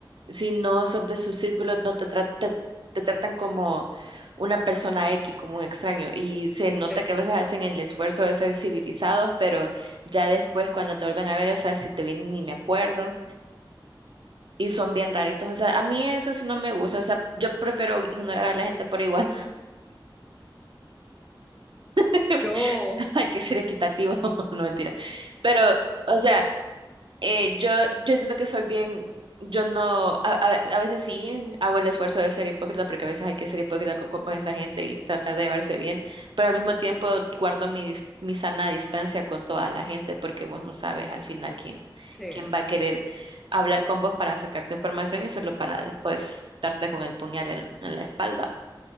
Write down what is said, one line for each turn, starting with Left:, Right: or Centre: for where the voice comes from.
Right: si no sos de su círculo, no te tra- te- te tratan como una persona X, como un extraño. Y se nota
Centre: eh,
Right: que a veces hacen el esfuerzo de ser civilizados, pero ya después cuando te vuelven a ver, o sea, si te ven ni me acuerdo. Y son bien raritos. O sea, a mí eso sí no me gusta. O sea, yo prefiero ignorar a la gente por igual. <laughs>
Centre: yo,
Right: Hay que ser equitativo, <laughs> no mentira. Pero, o sea, Eh, yo, yo siento que soy bien, yo no, a, a- a veces sí hago el esfuerzo de ser hipócrita porque a veces hay que ser hipócrita co- co- con, esa gente y tratar de llevarse bien, pero al mismo tiempo guardo mi, dis- mi sana distancia con toda la gente porque vos no sabes al final quién,
Centre: sí,
Right: quién va a querer hablar con vos para sacarte información y solo para después darte con el puñal en, en la espalda.